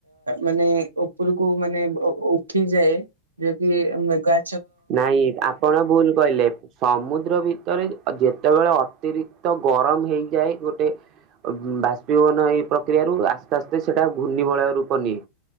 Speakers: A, on the right (about 85°); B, on the right (about 45°).
A: ମାନେ ଉପରକୁ ମାନେ ଉଁ ଉଠିଯାଏ ଯେ କିି ମେଗା
B: ନାଇଁ ଆପଣ ଭୁଲ କହିଲେ ସମୁଦ୍ର ଭିତରେ ଯେ ଯେତ୍ ଯେତେବେଳେ ଅତିରିକ୍ତ ଗରମ ହେଇଯାଏ ଗୋଟେ ବାଷ୍ପୀଭବନ ଏଇ ପ୍ରକ୍ରିୟାରୁ ଆସ୍ତେ ଆସ୍ତେ ସେଇଟା ଘୂର୍ଣ୍ଣିବଳୟ ରୂପ ନିଏ।